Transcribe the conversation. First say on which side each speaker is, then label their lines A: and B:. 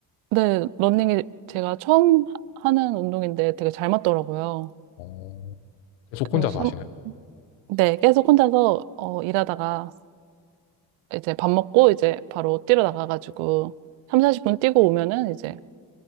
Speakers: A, on the right (about 75°); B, on the left (about 85°).
A: 네, 러닝이 제가 처음 하- 하는 운동인데 되게 잘 맞더라고요.
B: 어, 계속
A: 그래서
B: 혼자서
A: 삼,
B: 하시나요?
A: 네, 계속 혼자서 어, 일하다가 이제 밥 먹고 이제 바로 뛰러 나가가지고 삼, 40분 뛰고 오면은 이제